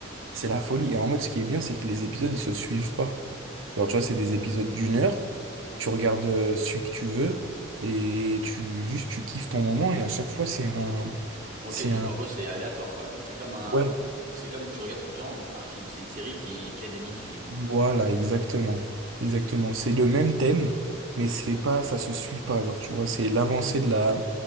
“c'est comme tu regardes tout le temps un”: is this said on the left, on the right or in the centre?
Right